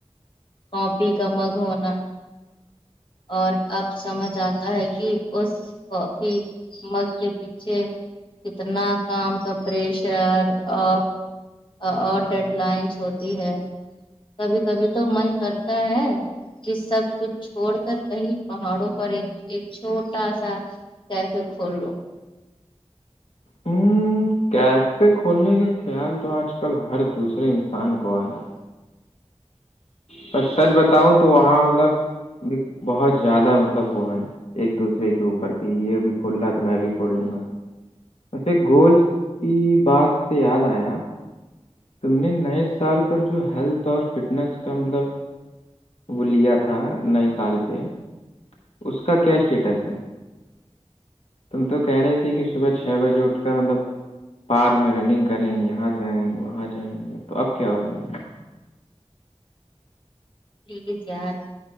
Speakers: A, on the left (about 45°); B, on the left (about 70°).
A: کاپی کا مگ ہونا اور اب سمجھ آتا ہے کہ اس کافی مگ کے پیچھے کتنا کام کا پریشر اور اور ڈیڈ لائنس ہوتی ہے کبھی کبھی تو من کرتا ہے کہ سب کچھ چھوڑ سر کہیں پہاڑوں پر ایک ایک چھوٹا سا کیفے کھول لو
B: ہمم کیفے کھولنے کا خیال تو آج کل ہر دوسرے انسان کو آ رہا ہے پر سچ بتاؤ تو وہاں مطلب بہت زیادہ مطلب وہ ہے ایک دوسرے کے اوپر کی یہ بھی کھول رہ ہے تو میں بھی کھول لوں گا ویسے گولس کی بات سے یاد آیا تم نے نئے سال پر جو ہیلتھ اور فٹنس کا مطلب وہ لیا تھا نئے سال پہ اس کا کیا اسٹیٹس ہے تم تو کہہ رہی تھی کہ صبح چھ بجے اٹھ کر مطلب پارک میں رننگ کریں گے یہاں جائیں گے وہاں جائیں گے تو اب کیا ہو گیا
A: پلیز یار